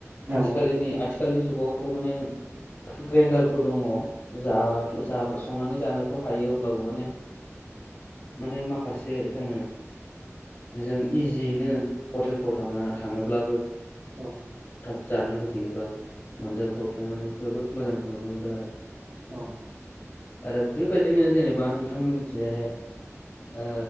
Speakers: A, on the right; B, on the left.
A: नंगौ
B: आथिखालनि
A: नंगौ
B: आथिखालनि जुगावथ' माने ग्रेन्डारफोर दङ जा जा संनानै जानोथ' हायो अब्लाबो माने माने माखासे जोङो जों इजियैनो हटेलफ्राव थांना थाङोब्लाबो
A: औ
B: जानोे लुगैबो बा मोनजाफबाय माने जोबोद मोजांखौ नुनो मोनदों आरो
A: औ
B: आरो बेबायदिनो जेनेबा नोंथांमोनथि जायहाय ओ